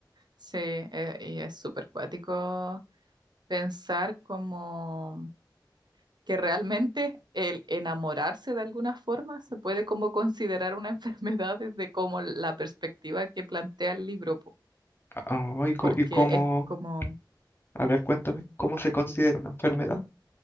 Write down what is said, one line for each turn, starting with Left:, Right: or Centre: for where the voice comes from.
Right: sí, eh, y es súper cuático pensar como que realmente el enamorarse de alguna forma se puede como considerar una <laughs> enfermedad desde como la perspectiva que plantea el libro, po,
Left: Ah, y, co-
Right: porque
Left: y cómo,
Right: es como,
Left: a ver, cuéntame, ¿cómo se considera una enfermedad?